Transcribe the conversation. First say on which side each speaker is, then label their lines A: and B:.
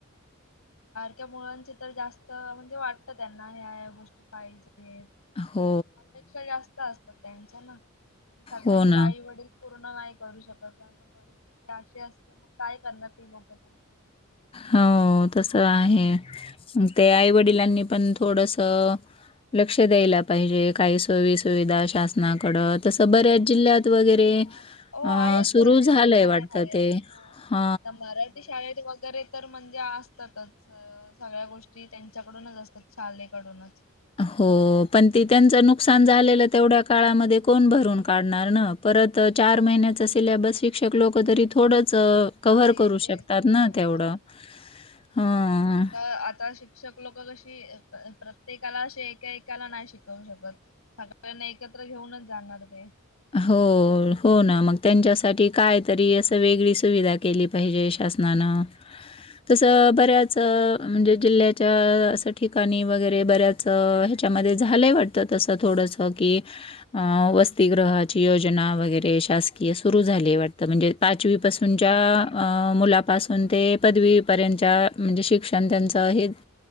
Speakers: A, on the left (about 85°); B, on the left (about 25°).
A: इत मुळंचे तर जास्त म्हणजे वाटत त्यांना ह्या गोष्टी पाहिजेत.
B: हो,
A: अपेक्षा जास्त असतात त्यांच्या ना आणि सगळ्यांचे
B: हो ना.
A: आई वडील पूर्ण नाही करू शकत त्यां परिस्थिती अशी असते मग काय करणार ती लोक तरी
B: हो. हो तस आहे मग ते आई वडिलांनी पण थोडस, लक्ष द्यायला पाहिजे, काही सोयी सुुविधा शासनाकडत तसं बऱ्याच जिल्ह्यात वगैरे
A: हो आहेत
B: अ सुरु
A: भरपूर
B: झालंय
A: ठिकाणी
B: वाटत
A: आहेत
B: ते
A: हो.
B: अ
A: आता मराठी शाळेत वगैरे, तर म्हणजे असतातच सगळ्या गोष्टी त्यांच्याकडूनच असतात. शालेकडूनच
B: हो पण त त्यांचं नुकसान झालेलं तेवढ्या काळामध्ये कोण भरून काढणार ना प परत चार महिन्याचा सिलेबस शिक्षक लोक तरी थोडंच अ, कव्हर
A: नाही
B: करू
A: तेच
B: शकतात ना
A: नाही
B: तेवढं.
A: कर तेच ना
B: हं.
A: कारण का आता शिक्षण लोक कसे प्रत्येकाला अ एकाकाला नाही शिकवू शकत सगळ्यांना एकत्र घेऊनच जाण. नते.
B: हो हो ना मग त्यांच्यासाठी काय तरी असं वेगळी सुविधा केली पाहिजे शासन
A: हो
B: तस
A: तेच
B: बऱच
A: ना
B: म्हणे जिल्ह्याच्या असं ठिकाणी वगैरे बऱ्याच ह्याच्यामध्ये झालंय वाटतं असं थोडंसं की, की वसतिगृहाची योजना वगैरे शासकीय सुरू झाली वाटतं म्हणजे पाचवीपासूनच्या
A: हा हा
B: मुलापासून ते पदवी पर् म्हणजे शिक्षण त्यांच हे